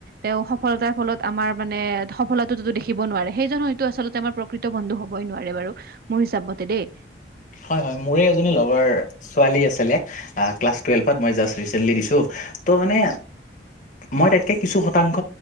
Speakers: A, on the right; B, on the left.
A: তেওঁ সফলতাৰ ফলত আমাৰ মানে সফলতাতো দেখিব নোৱাৰে সেইজন হয়তো আচলতে আমাৰ প্ৰকৃত বন্ধু হবই নোৱাৰে বাৰু মোৰ হিচাপ মতে দেই
B: হয় হয় মোৰে এজনী লগৰ ছোৱালী আছিলে আ ক্লাছ টুৱেলভত মই জাষ্ট ৰিচেণ্টলি দিছো ত' মানে মই তাইতকৈ কিছু শতাংশ